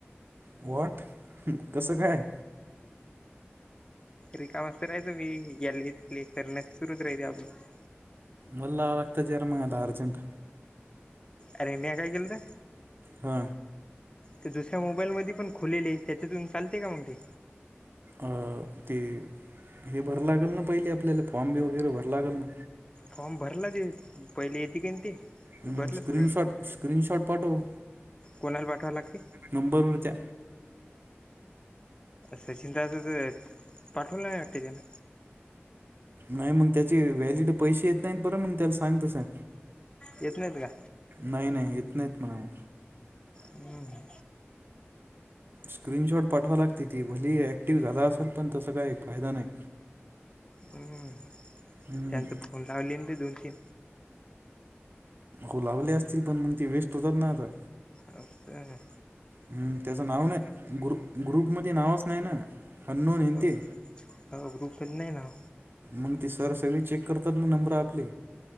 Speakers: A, on the right; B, on the left.
A: व्हॉट कसं काय
B: रिकामी तर हे मी तुमी याला प्ले करण सुरूच करायचं आपलं
A: मला <unintelligible> अर्जंट
B: अरे मी काय केल आहे
A: हा
B: ते दुसऱ्या मोबाईल मध्ये पण खुल्लेले आहे, त्याच्यातून चालते का मग ते?
A: अ, ते, हे भरा लागेल ना पहिले आपल्याला फॉम बी वगैरे भरा लागल ना?
B: फॉर्म भरला की, पहिले येते कनं ते. ते
A: हम्म,
B: भरलं
A: स्क्रीनशॉट.
B: सगळं
A: स्क्रीनशॉट पाठव.
B: कोणाला पाठवां लागते?
A: नंबर वर त्या.
B: सचिन दादा च, पाठवला नाही वाटत त्यानं.
A: नाही मग त्याचे व्हॅलिड पैसे येत नाहीत बरं मग त्याला सांग तसं.
B: येत नाहीत का?
A: नाही नाही, येत नाहीत म्हणावं.
B: हम्म.
A: स्क्रीनशॉट पाठवा लागते ती. भली अक्टिव्ह झाला असल, पण तसा काही फायदा नाही.
B: हम्म.
A: हम्म,
B: त्यांनंत फोन लावली ते दोन तीन.
A: हो लावले असतील पण मग ते वेस्ट होतात ना आता.
B: हो का.
A: हम्म त्याचं नाव नाही, ग्रु-ग्रुपमध्ये नावच नाही ना. अननोन हाय ना
B: हो
A: ते.
B: हो ग्रुपमध्ये नाही नाव
A: मग ते सर सगळी चेक करतात ना नंबरं आपली.